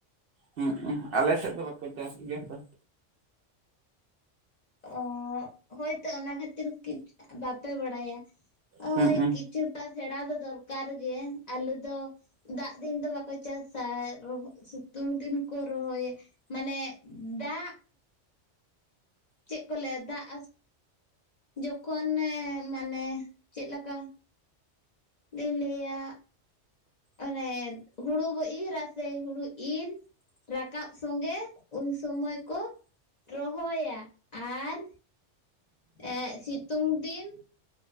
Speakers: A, on the right (about 55°); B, on the left (about 40°).
A: ᱦᱮᱸ ᱟᱞᱮ ᱥᱮᱫ ᱫᱚ ᱵᱟᱠᱚ ᱪᱟᱥ ᱜᱮᱭᱟ ᱛᱚ᱾
B: ᱚ ᱦᱳᱭᱛᱚ ᱚᱱᱟ ᱠᱷᱟᱹᱛᱤᱨ ᱵᱟᱯᱮ ᱵᱟᱲᱟᱭᱟ᱾ <inaudible>
A: ᱦᱩᱸ
B: ᱦᱳᱭ ᱠᱤᱪᱷᱩᱴᱟ ᱥᱮᱲᱟ ᱫᱚ ᱫᱚᱨᱠᱟᱨ ᱜᱮ ᱟᱞᱩ ᱫᱚ ᱫᱟᱜ ᱫᱤᱱ ᱫᱚ ᱵᱟᱠᱚ ᱪᱟᱥᱟ ᱥᱤᱛᱩᱝ ᱫᱤᱱ ᱠᱚ ᱨᱚᱦᱚᱭ᱾ ᱢᱟᱱᱮ ᱫᱟᱜ ᱪᱮᱫ ᱠᱚ ᱞᱮᱭᱟ ᱫᱟᱜ, ᱡᱚᱠᱷᱚᱱᱮ ᱢᱟᱱᱮ ᱪᱮᱫ ᱞᱮᱠᱟ ᱞᱮᱞᱭᱟ ᱚᱱᱮ ᱦᱩᱲᱩ ᱵᱚ ᱤᱨ ᱟᱥᱮ ᱦᱩᱲᱩ ᱤᱨ᱾ ᱨᱟᱠᱟᱵ ᱥᱚᱸᱜᱮ ᱩᱱᱥᱚᱢᱚᱭ ᱠᱚ ᱨᱚᱦᱚᱭᱟ᱾ ᱟᱨ ᱮᱜ ᱥᱤᱛᱩᱝ ᱫᱤᱱ